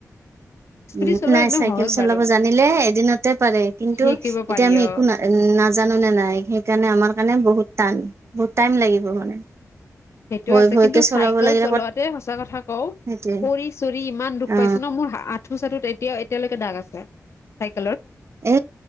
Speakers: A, on the left (about 50°); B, on the right (about 50°).
A: স্কুটি
B: উম
A: চলোৱা
B: নাই
A: একদম
B: চাইকেল
A: সহজ
B: চলাব
A: বাৰু
B: জানিলে এদিনতে পাৰে কিন্তু
A: শিকিব পাৰি
B: এতিয়া আমি
A: অ
B: একো না-না নাজানো নে নাই সেইকাৰণে আমাৰ কাৰণে বহুত টান বহুত টাইম লাগিব মানে৷
A: সেইটোয়ে
B: ভয়
A: আছে
B: ভয়কে
A: কিন্তু
B: চলাব
A: চাইকেল
B: লাগিলে
A: চলোৱাতে
B: ক'ত
A: সঁচা কথা কও
B: সেইটোৱে
A: কৰি চৰি ইমান দুখ
B: অ
A: পাইছো ন মোৰ আঁঠু চাঠুত এতিয়া-এতিয়া লৈকে দাগ আছে চাইকে
B: এ